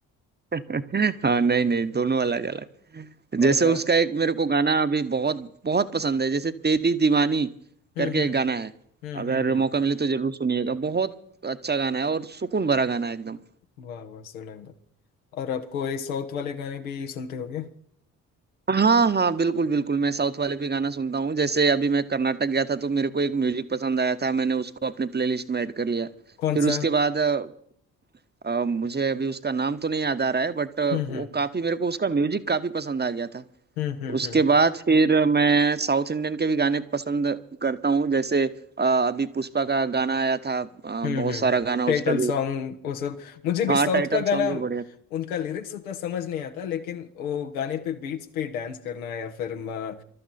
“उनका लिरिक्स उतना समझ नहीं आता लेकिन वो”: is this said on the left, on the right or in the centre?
Left